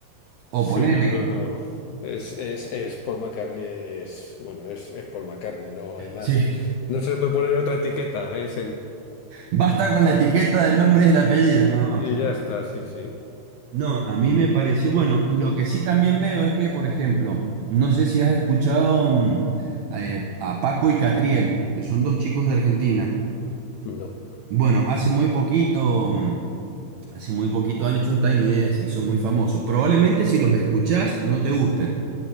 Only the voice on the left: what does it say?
Sí,
no, no, no. Es, es, es Paul McCartney, es, bueno, es, es Paul McCartney, no hay más.
No se le puede poner otra etiqueta, es el...
Y ya está, sí, sí.
No.